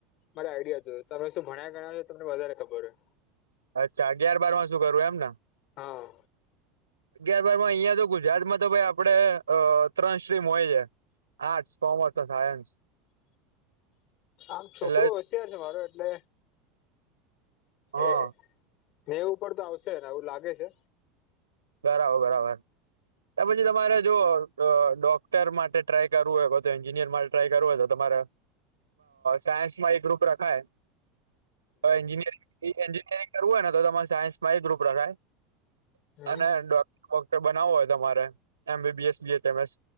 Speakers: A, on the left (about 50°); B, on the right (about 85°).
A: મારો આઈડિયા હતો તમે શું ભણ્યા ગણ્યા તો તમને વધારે ખબર હોય
B: અચ્છા અગિયાર બાર માં શું કરવું એમ ને?
A: હા...
B: અગયાર બારમાં અહિયાં તો ગુજરાતમાં તો ભાઈ આપણે ત્રણ <inaudible> હોય છે. આર્ટસ, કોમર્સ અને સાયન્સ
A: <unintelligible> આમ
B: એટલે
A: છોકરો હોશીયાર છે મારો એટલે
B: હા
A: એ નેવુ ઉપર તો આવશે એને એવું લાગે છે.
B: બરાબર બરાબર તો પછી તમારે જો ડોક્ટર માટે ટ્રાય કરવું હોય બધું તો એન્જિનિયરિંગ માટે ટે ટ્રાય કરવું હોય તો તમારે સાયન્સમાં એ ગ્રુપ રખાય. એન્જિનિયરિંગ કરવું હોય ને તો તમારે સાયન્સમાં એ ગ્રુપ રખાય.
A: હમ
B: અને ડોક ડોકટર બનાવવો હોય તમારે એમ. બી. બી. એસ બી એમ સ